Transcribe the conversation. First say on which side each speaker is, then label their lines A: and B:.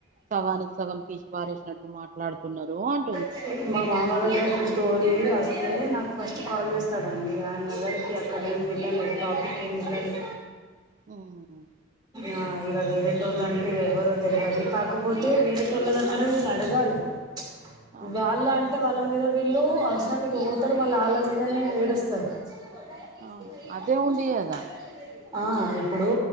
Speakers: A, on the right; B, on the right.
A: సగానికి సగం తీసిపారేసినట్టు మాట్లాడుతున్నరు అన్
B: <unintelligible> మా మామ దగ్గరికి స్టోరీ అస్తే నాకు ఫస్ట్ కాల్ చేస్తాడండీ ఆయన దగ్గరికి అక్కడేం వెళ్లలే టాపిక్ ఏమ్ వెళ్ళలే
A: హ్మ్
B: ఆ ఇక వేరేటోళ్ళు అంటే ఎవరో తెల్వది కాకపోతే వేరేటోళ్ళ దగ్గర వీళ్ళు అడగాలి.
A: అవును
B: <unintelligible> అంటే వాళ్ళ మీద వీళ్ళు అవసరానికి పోతారు మళ్ళా వాళ్ళ మీదనే ఏడుస్తారు. కేస్
A: అవును
B: కి తయార్
A: అదే
B: హై ముజేకి
A: ఉంది
B: కుచ్
A: కదా
B: గడ్బడ్ లే ఆ ఇప్పుడు